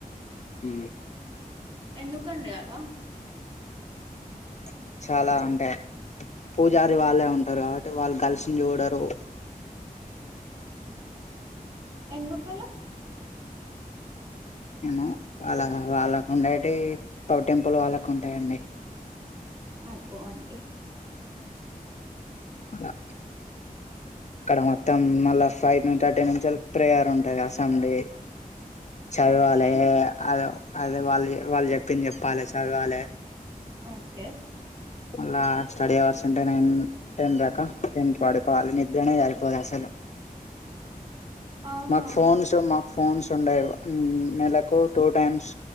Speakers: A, on the left; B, on the right.
A: ఉ
B: ఎందుకండీ అలా
A: ప్ల్చ్ చాలా అంటాయ్ పూజారి వాళ్ళే ఉంటరు కాబట్టి వాళ్ళు గల్స్ ని జూడరూ
B: ఎందుకలా
A: ఏమో వాళ్ళ వాళ్ళకు ఉండేటీ పవర్ టెంపుల్ వాళ్ళకు ఉంటాయండీ
B: అయ్ పోవండి
A: అలా అక్కడ మొత్తం మళ్ళా ఫైవ్ థర్టీ నుంచెల్లి ప్రేయర్ ఉంటది అసండే చదవాలే
B: ఓకే.
A: అదో అదే వాళ్ళు వాళ్ళు చెప్పింది చెప్పాలి చదవాలే
B: ఓకే
A: అలా స్టడీ అవర్స్ అంటే నైన్ టెన్ రా టెన్ కి పడుకోవాల నిద్రనే సరిపోదు అసలు
B: అవునా!
A: మాకు ఫోన్ సు మాకు ఫోన్స్ ఉండయి మ్మ్ నెలకు టూ టైమ్స్